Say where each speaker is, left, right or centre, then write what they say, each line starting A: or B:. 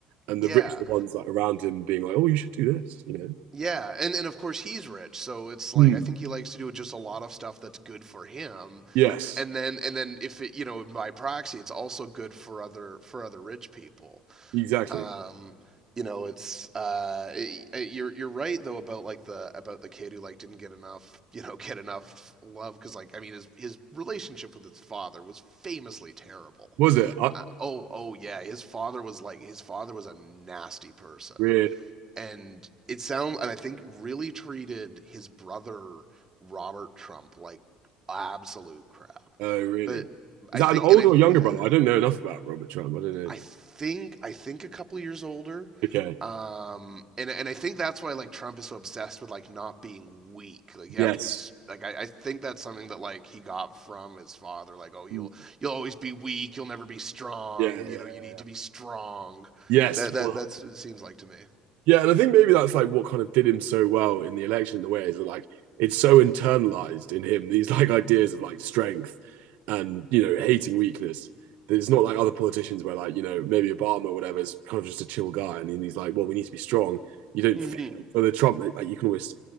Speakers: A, on the right (about 70°); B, on the right (about 20°).
A: and
B: Yeah.
A: the rich are the ones like around him being like, "Oh, you should do this," you know.
B: Yeah, and and of course he's rich, so it's
A: Hmm.
B: like I think he likes to do just a lot of stuff that's good for him
A: Yes,
B: and then and then if it you know by proxy it's also good for other for other rich people
A: exactly.
B: um you know it's uh it- it- you're you're right though about like the about the kid who like didn't get enough you know <laughs> get enough love because like i mean his his relationship with his father was famously terrible
A: Was it? I
B: uh, oh oh yeah his father was like his father was a nasty person
A: really.
B: and it sounds and I think really treated his brother Robert Trump like absolute crap.
A: Oh, really?
B: But
A: Is
B: I
A: that
B: think
A: an older
B: and I
A: or younger
B: yeah,
A: brother? I don't know enough about Robert Trump. I don't know.
B: I think I think a couple years older.
A: Okay.
B: Um and and I think that's why like Trump is so obsessed with like not being weak. Like you
A: Yes.
B: have to be like I, I think that's something that like he got from his father like oh you'll
A: Mm.
B: you'll always be weak, you'll never be strong,
A: Yeah, yeah, yeah,
B: you know, you need
A: yeah.
B: to be strong.
A: Yes.
B: That that
A: Well,
B: that's what it seems like to me.
A: Yeah, and I think maybe that's like what kind of did him so well in the election in a way is that like it's so internalized in him, these like ideas of like strength and, you know, hating weakness. That it's not like other politicians where like, you know, maybe Obama or whatever is kind of just a chill guy and then he's like, well, we need to be strong. You don't
B: Mhm.
A: feel it. For the Trump, like you can always